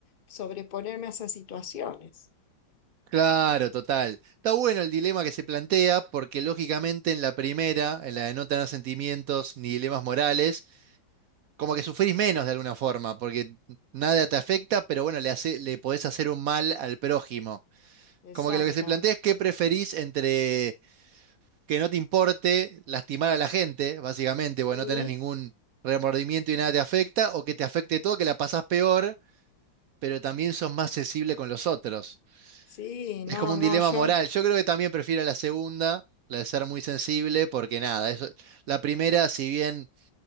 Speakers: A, on the left; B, on the right.
A: sobreponerme a esas situaciones.
B: Claro, total. Está bueno el dilema que se plantea, porque lógicamente en la primera, en la de no tener sentimientos ni dilemas morales, como que sufrís menos de alguna forma, porque nada te afecta, pero bueno, le hace, le podés hacer un mal al prójimo.
A: Exacto.
B: Como que lo que se plantea es qué preferís entre que no te importe lastimar a la gente, básicamente,
A: Sí,
B: porque no tenés ningún remordimiento y nada te afecta, o que te afecte todo, que la pasás peor, pero también sos más sensible con los otros.
A: sí, no,
B: Es como un
A: no,
B: dilema
A: yo
B: moral. Yo creo que también prefiero la segunda, la de ser muy sensible, porque nada, eso, la primera, si bien